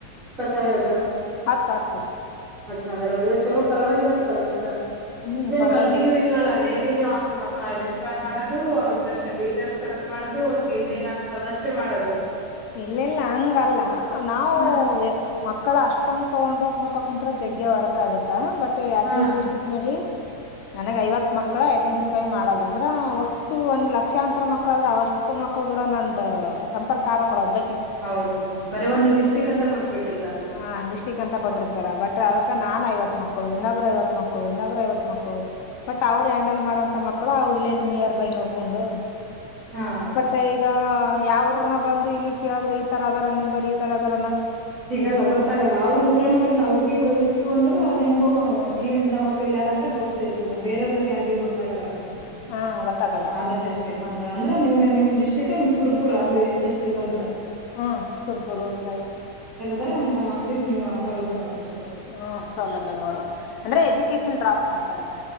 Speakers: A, on the right; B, on the left.
A: ಸಾವಿರಕ್ಕ
B: ಹತ್ತು ಹತ್ತು
A: ಹತ್ ಸಾವಿರ ಅವ ಚಲೋ ಪರವಾಗಿಲ್ಲಕ್ಕ ಮಂತ
B: ಹ್ಮ್
A: ಇದೇನ್
B: ಪರವಾಗಿಲ್ಲ.
A: ಕಂಟಿನ್ಯೂ ಇಲ್ಲಲ್ಲ ಡೇಲಿ ನೀವು ಅಂತ ಮಕ್ಳ ಐಡೆಂಟಿಫೈ ಮಾಡೋದು ಅವ್ರದಷ್ಟ ಡಿಟೇಲ್ಸ್ ಕಲೆಕ್ಟ್ ಮಾಡೋದು ಅವ್ರಿಗೆ ಇದು ಏನಾಗ್ತದೆ ಅದಷ್ಟೇ ಮಾಡದು
B: ಇಲ್ಲ ಇಲ್ಲ ಹಂಗಲ್ಲ ನಾವು
A: ಹಾ
B: ಮಕ್ಕಳ ಅಷ್ಟಂದು ತಗೊಂಡತ ಕುಂತ್ತ್ರ ಜಗ್ಗೆ ವರ್ಕ್ ಆಗತ್ತ ಬಟ್ ಯಾದಗಿರಿ
A: ಹಾ
B: ಡಿಸ್ಟ್ರಿಕ್ ನಲ್ಲಿ
A: <unintelligible>
B: ನನಗ್ ಐವತ್ ಮಕ್ಕಳು ಐಡೆಂಟಿಫೈ ಮಾಡೋದು ಅಂದ್ರ ಒಷ್ಟು ಒಂದ್ ಲಕ್ಷಾಂತರ ಮಕ್ಕಳ ಆದ್ರ ಅಷ್ಟು ಮಕ್ಕಳು ಕೂಡ ನಂದು ಸಂಪರ್ಕ ಆಗ್ಕ್ಲ್ಲ ಒಬ್ಬ
A: ಹೌದ ಹೌದು ಬರೇ ಒಂದು್ ಡಿಸ್ಟ್ರಿಕ್ ಅಂತ ಕೊಟ್ಟಬಿಟ್ರಿ ತರ್
B: ಹಾ ಅಂತ ಕೊಟ್ಟಿರ್ತಾರ ಬಟ್ ಅದಕ ನಾನ್ ಐವತ್ ಮಕ್ಕಳು ಇನ್ನೊಬ್್ರರು ಐವತ್ ಮಕ್ಕಳು ಇನ್ನೊಬ್್ರರು ಐವತ್ ಮಕ್ಕಳು ಬಟ್ ಅವ್ರು ಹ್ಯಾಂಡಲ್ ಮಾಡೋಂತ ಮಕ್ಕಳು ವಿಲೇಜ್ ನಿಯರ್ ಬೈ ನೋಡ್ಕೊಂಡು
A: ಹಾ
B: ಬತ್ತೆ ಈಗ ಯಾವ್ರ ಬಂದು ಇಲ್ಲಿ ಕೇಳಿದ್ರೆ ಈ ತರದರ ನಿಂಬಲಿ ಈ ತರದರ
A: ಸಿಗಲ್ಲ ಗೊತ್ತಾಗಲ್ಲ ಅವ್ರ ಊರನವ್ರಿಗೆ ಅವ್ರಿಗೆ ಗೊಯ್ತತ್ತು ಅಂದ್ರ ಅದ್ ಹೆಂಗ ಮಕ್ಕಳು ಯಾರಂತ ಗೊತ್ತಿರ್ತದೆ ಬೇರದ್ರಿಗೆ ಯಾರಿಗ ಗೊತ್ತಾಗಲ್ಲಕ್ಕ
B: ಹಾ ಗೊತ್ತಾಗಲ್ಲ
A: ಅ್ರಟ ಬ ಅಂದ್ರಮಗೆ ನಿಮ್ ಡಿಸ್ಟ್ರಿಕ್ ನಿಮ್ ಸುರ್ಪುರ ಅಲ್ಲಿ ಎಸ್ಪೆಷಲಿ ಬಂದ್ರ
B: ಹಾ ಸುರ್ಪುರ್ ಹೋಗತಾಳ
A: ದ್ರ ಅಂತ ಮಕ್ಕಳಿಗೆ ನೀವು ಅ ಸೌಲಭ್ಯ ನೋಷ್ಟು
B: ಹ್ಮ ಸೌಲಭ್ಯ ಮಾಡೋದು ಅಂದ್ರೆ ಎಜುಕೇಶನ್ ಡ್ರಾಪ್ ಮಾಡ್ತಾರಾ